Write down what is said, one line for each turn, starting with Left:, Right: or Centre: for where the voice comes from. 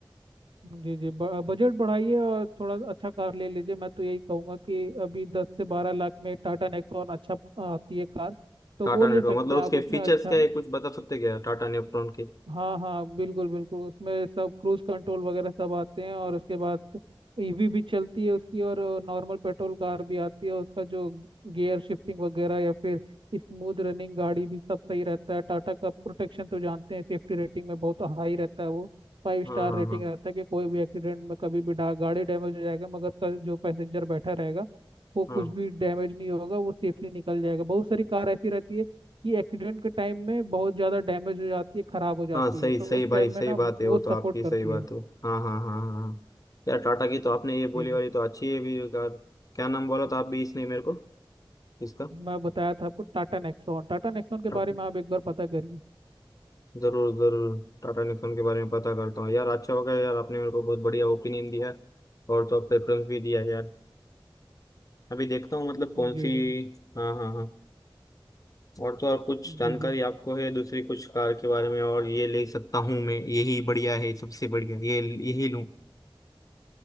Right: जी जी ब- बजट बढ़ाइए और थोड़ा अच्छा कार ले लीजिए मैं तो यही कहूँगा कि अभी दस से बारह लाख में टाटा नेक्सॉन अच्छा आती है कार तो
Left: टाटा
Right: वो ले
Left: नेक्ट्रॉन
Right: सकते
Left: मतलब
Right: हैं आप
Left: उसके
Right: उसमें
Left: फीचर्स
Right: अच्छा
Left: क्या है कुछ बता सकते क्या टाटा नेक्ट्रॉन के
Right: हाँ हाँ बिल्कुल बिल्कुल उसमें सब क्रूज कंट्रोल वगैरह सब आते हैं और उसके बाद ईवी भी चलती है उसकी और नॉर्मल पेट्रोल कार भी आती है उसका जो गियर शिफ्टिंग वगैरह या फिर स्मूथ रनिंग गाड़ी भी सब सही रहता है टाटा का प्रोटेक्शन तो जानते हैं सेफ्टी रेटिंग में बहुत हाई रहता है वो फाइव स्टार
Left: हाँ हाँ
Right: रेटिंग
Left: हाँ
Right: रहता है कि कोई भी एक्सीडेंट में कभी भी डा- गाड़ी डैमेज हो जाएगा मगर कल जो पैसेंजर बैठा रहेगा वो
Left: हाँ
Right: कुछ भी डैमेज नहीं होगा वो सेफली निकल जाएगा बहुत सारी कार ऐसी रहती है कि एक्सीडेंट के टाइम में बहुत ज़्यादा डैमेज हो जाती है ख़राब हो जाती
Left: हाँ सही
Right: है तो
Left: सही
Right: उस
Left: भाई
Right: टाइम
Left: सही
Right: में ना
Left: बात
Right: वो,
Left: है
Right: वो
Left: वो तो
Right: सपोर्ट
Left: आपकी
Right: करती
Left: सही बात
Right: है
Left: हो हाँ हाँ हाँ हाँ हाँ। यार टाटा की तो आपने ये
Right: जी
Left: बोली
Right: जी
Left: वाली तो अच्छी है भी कार क्या नाम बोला था आप भी इसने मेरे को इसका
Right: मैं बताया था आपको टाटा नेक्सॉन टाटा नेक्सॉन के
Left: टा-
Right: बारे में आप एक बार पता करिए
Left: जरूर जरूर टाटा निक्सन के बारे में पता करता हूँ यार अच्छा होगा यार आपने मेरे को बहुत बढ़िया ओपिनियन दिया है और तो प्रेफरेंस भी दिया है यार अभी देखता हूँ मतलब कौन
Right: हाँ, जी
Left: सी
Right: जी
Left: हाँ हाँ हाँ और तो और कुछ जानकारी
Right: जी जी
Left: आपको है दूसरी कुछ कार के बारे में और ये ले सकता हूँ मैं यही बढ़िया है सबसे बढ़िया ये यही लूँ